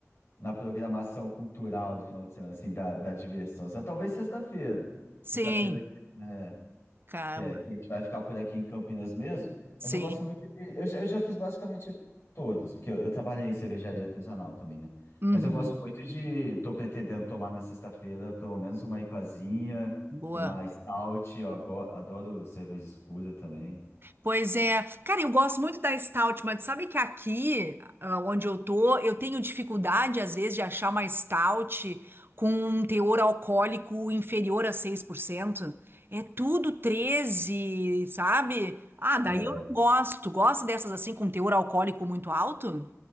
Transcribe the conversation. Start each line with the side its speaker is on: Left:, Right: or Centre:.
Left: na programação cultural do final de semana, assim, da, da diversão. Só talvez sexta-feira.
Right: sim,
Left: Sexta-feira, é.
Right: calma,
Left: que, é, que a gente vai ficar por aqui em Campinas mesmo,
Right: sim.
Left: mas eu gosto muito de, eu, já- eu já fiz basicamente todas, porque eu, eu trabalhei em cervejaria artesanal também, né?
Right: Uhum,
Left: Mas eu gosto muito de, tô pretendendo tomar na sexta-feira pelo menos uma ipazinha,
Right: boa.
Left: uma stout, eu ago- adoro cerveja escura também.
Right: Pois é. Cara, eu gosto muito da Stout, mas sabe que aqui, ah, onde eu tô, eu tenho dificuldade, às vezes, de achar uma Stout com um teor alcoólico inferior a seis por cento É tudo treze sabe? Ah, daí
Left: É,
Right: eu não gosto. Gosto dessas assim, com teor alcoólico muito alto?